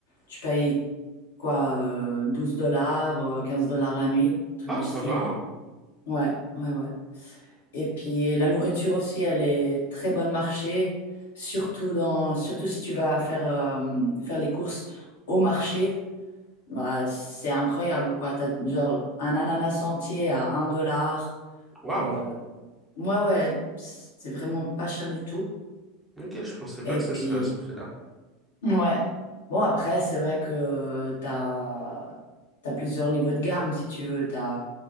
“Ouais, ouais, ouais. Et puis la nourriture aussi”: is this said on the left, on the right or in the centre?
Left